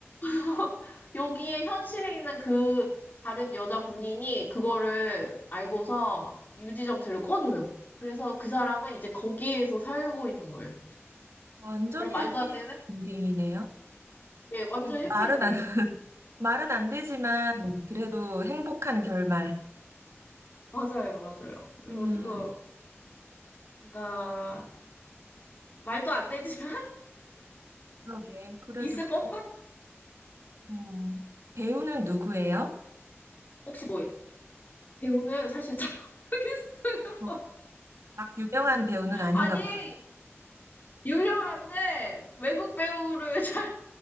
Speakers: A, on the left; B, on the right.
A: <laughs> 여기에 현실에 있는 그 다른 여자 군인이 그거를 알고서 유지정치를 꺼줘요. 그래서 그 사람은 이제 거기에서 살고 있는 거예요.
B: 완전히
A: 그럼 말도
B: 해피
A: 안 되는?
B: 엔딩이네요.
A: 예, 완전
B: 그러니까
A: 해피엔딩.
B: 말은 안, <laughs> 말은 안 되지만, 그래도 행복한 결말.
A: 맞아요, 맞아요. 그래가지고
B: 음,
A: 뭔가 말도 안 되지만
B: 그러게. 그래도
A: <laughs> 있을 법한
B: 또 음, 배우는 누구예요?
A: 혹시 뭐 배우는 사실 잘 모르겠어요.
B: 어, 막 유명한 배우는 아닌가
A: 아니
B: 보다.
A: 유명한데 외국 배우를 <laughs> 잘